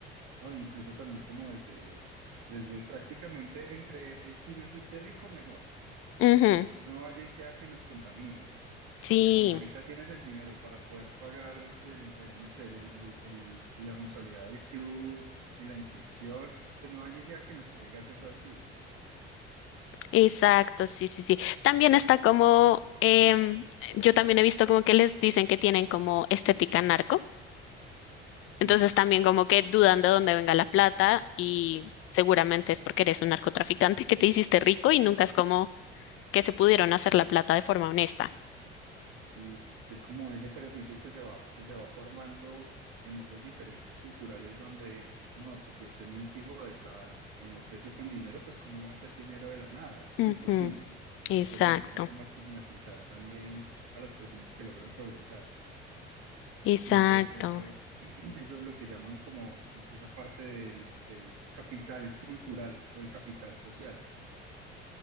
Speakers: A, on the right (about 70°); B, on the left (about 45°).
A: ¿no? Incluso también como desde, desde prácticamente entre, eh, si naciste rico, mejor.
B: Ujú,
A: No vaya y sea que nos contamines,
B: sí,
A: porque como ahorita tienes el dinero para poder pagar el, el, no sé, el- el- el- la mensualidad del club y la inscripción, pues no vaya y sea que nos traigas eso al club.
B: exacto, sí, sí, sí. También está como, em, yo también he visto como que les dicen que tienen como estética narco,
A: Sí,
B: entonces también como que dudan de dónde venga la plata y seguramente es porque eres un narcotraficante que te hiciste rico y nunca es como que se pudieron hacer la plata de forma honesta.
A: sí, es como ese prejuicio que se va, se, se va formando en esas diferencias culturales donde, no, pues si este no es hijo de tal o no creció con dinero, pues cómo va a ser dinero de la nada, eso es
B: Ujú,
A: imposible.
B: exacto,
A: Entonces empiezan como a estigmatizar también a las personas que logran progresar.
B: exacto.
A: Y eso, eso, <clears throat> eso es lo que llaman como esa parte del, del capital cultural o el capital social,